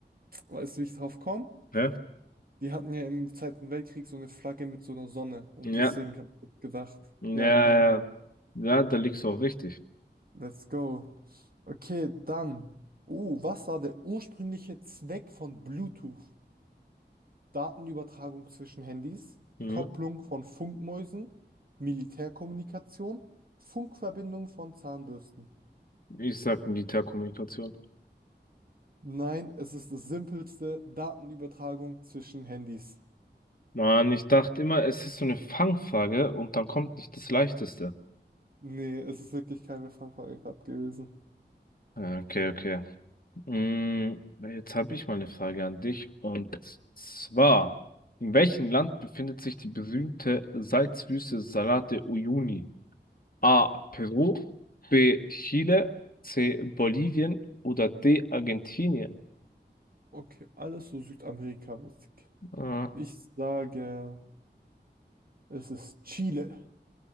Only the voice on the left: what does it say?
Ne?
Ja,
ja,
ja, ja, da liegst du auch richtig.
Mhm.
Ich sag Militärkommunikation.
Mann, ich dachte immer, es ist so eine Fangfrage und dann kommt nicht das Leichteste.
Ja, Okay, okay. Mm, Jetzt habe ich mal eine Frage an dich und zwar, in welchem Land befindet sich die berühmte Salzwüste Salate de Uyuni? A. Peru, B. Chile, C. Bolivien oder D. Argentinien?
Ah,